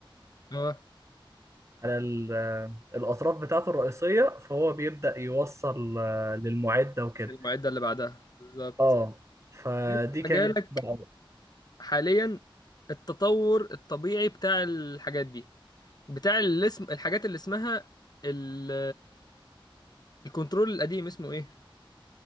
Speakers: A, on the left (about 45°); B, on the right (about 30°).
A: اه
B: على ال- الأطراف بتاعته الرئيسية فهو بيبدأ يوصل آه، للمعدة وكده
A: المعدة اللي بعدها بالظبط
B: اه فدي
A: انت
B: كانت
A: مجالك
B: بقى
A: حاليا التطور الطبيعي بتاع الحاجات دي بتاع الاسم الحاجات اللي اسمها ال الكنترول القديم اسمه ايه